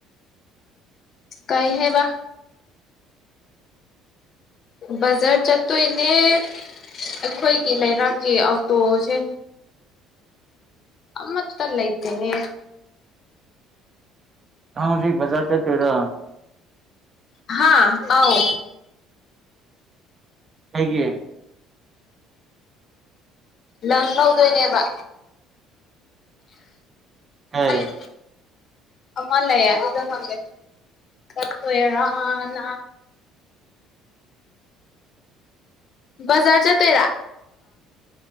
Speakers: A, on the left (about 50°); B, on the right (about 35°).
A: ꯀꯩꯍꯥꯏꯕ ꯕꯥꯖꯔ ꯆꯠꯇꯣꯏꯅꯦ ꯑꯩꯈꯣꯏꯒꯤ ꯂꯩꯔꯥꯛꯀꯤ ꯑꯥꯎꯇꯣꯁꯦ ꯑꯃꯠꯇ ꯂꯩꯇꯦꯅꯦ
B: ꯍꯧꯖꯤꯛ ꯕꯖꯔ ꯆꯠꯇꯣꯏꯔꯣ
A: ꯍꯥꯥ ꯑꯥꯎ
B: ꯀꯩꯒꯤ
A: ꯂꯪ ꯂꯧꯗꯣꯏꯅꯦꯕ
B: ꯀꯩ
A: ꯑꯩ ꯑꯃ ꯂꯩꯌꯦ ꯑꯗꯨꯗ ꯍꯪꯒꯦ ꯆꯠꯇꯣꯏꯔꯅ ꯕꯥꯖ꯭ꯔ ꯆꯠꯇꯣꯏꯔ